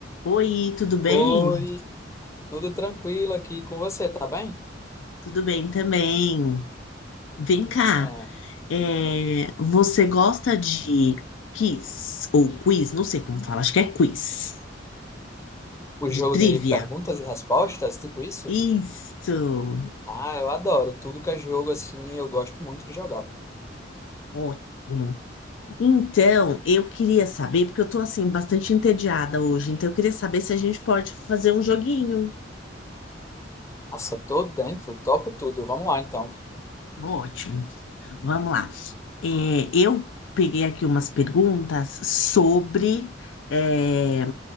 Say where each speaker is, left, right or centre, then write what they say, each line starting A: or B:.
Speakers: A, on the left; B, on the left.
A: Oi, tudo bem?
B: Oi, tudo tranquilo aqui com você, tá bem?
A: Tudo bem também. Vem cá,
B: Ah,
A: é, você gosta de quiz ou quiz? Não sei como fala, acho que é quiz,
B: o
A: de
B: jogo
A: trivia.
B: de perguntas e respostas, tipo isso?
A: Isso,
B: Ah, eu adoro. Tudo que é jogo assim, eu gosto muito de jogar.
A: ótimo. Então, eu queria saber, porque eu tô assim, bastante entediada hoje, então eu queria saber se a gente pode fazer um joguinho.
B: Nossa, tô dentro, topo tudo. Vamos lá então.
A: Ótimo, então, vamos lá. É, eu peguei aqui umas perguntas sobre. é,